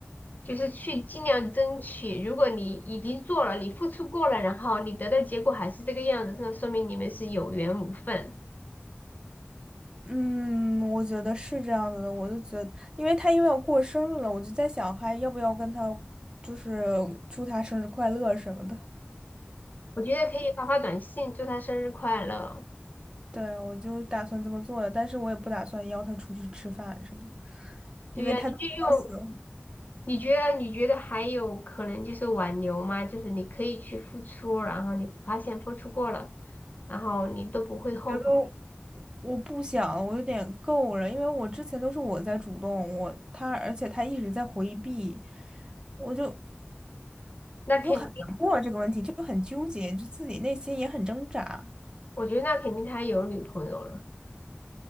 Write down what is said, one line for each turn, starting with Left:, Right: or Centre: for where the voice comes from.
Left: 就是去尽量争取。如果你已经做了，你付出过了，然后你得到结果还是这个样子，那说明你们是有缘无分。
Right: 嗯，我觉得是这样子的，我就觉得，因为他又要过生日了，我就在想，还要不要跟他，就是祝他生日快乐什么的。
Left: 我觉得可以发发短信，祝他生日快乐。
Right: 对，我就打算这么做的，但是我也不打算邀他出去吃饭什么的，
Left: 对呀，
Right: 因为他都邀请，
Left: 你就用，你觉得你觉得还有可能就是挽留吗？就是你可以去付出，然后你发现付出过了，然后你都不会后悔。
Right: 觉得我不想了，我有点够了，因为我之前都是我在主动，我他，而且他一直在回避，我就
Left: 那肯
Right: 我就很难过啊这个问题，就很纠结，就自己内心也很挣扎。
Left: 我觉得那肯定他有女朋友了，